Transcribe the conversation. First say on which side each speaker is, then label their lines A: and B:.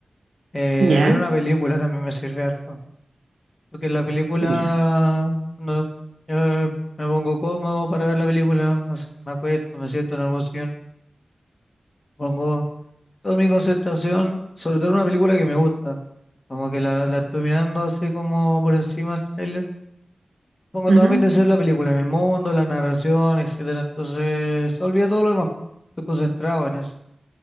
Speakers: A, on the left (about 45°); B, on the right (about 90°).
A: Eh,
B: ya,
A: ver una película también me sirve harto. Porque la película,
B: ya.
A: no, yo me pongo cómodo para ver la película, no sé, me acuesto, me siento en algún sillón, pongo. toda mi concentración, sobre todo en una película que me gusta. Como que la, la estoy mirando así como por encima del tráiler. Pongo
B: Ujú,
A: toda mi atención en la película, en el mundo, la narración, etcétera. Entonces, se olvida todo lo demás. Estoy concentrado en eso.